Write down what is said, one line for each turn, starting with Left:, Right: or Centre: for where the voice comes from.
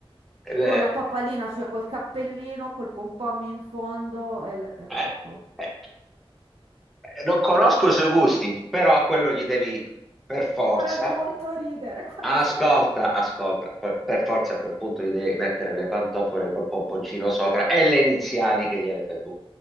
Centre: eh,
Right: con la papalina, cioè col cappellino, col pompom in fondo, e l- è,
Centre: Eh,
Right: troppo.
Centre: eh, non conosco i suoi gusti, però a quello gli devi per forza.
Right: Farebbe molto ridere <laughs> quanto
Centre: Ascolta, ascolta, per, per forza a quel punto gli devi mettere le pantofole col pomponcino sopra e le iniziali che gliele fai tu.